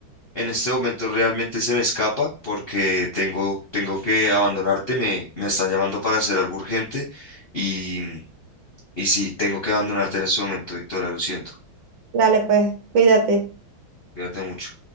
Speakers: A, on the left; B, on the right.
A: En este momento realmente se me escapa porque tengo, tengo que abandonarte, me, me están llamando para hacer algo urgente y, y sí, tengo que abandonarte en este momento, Victoria, lo siento,
B: Dale, pues, cuídate.
A: cuídate mucho.